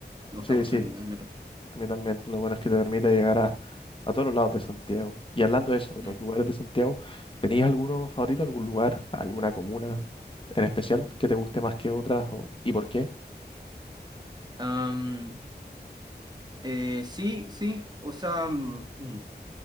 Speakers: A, on the right; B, on the left.
A: me gusta
B: Sí,
A: mucho
B: sí.
A: el, el metro.
B: A mí también. Lo bueno es que te permite llegar a, a todos los lados de Santiago. Y hablando de eso, de
A: Mm.
B: los lugares de Santiago, ¿tenías alguno favorito, algún lugar, alguna comuna en especial que te guste más que otras? O, ¿y por qué?
A: Am, eh, sí, sí, o sea, mm, mm,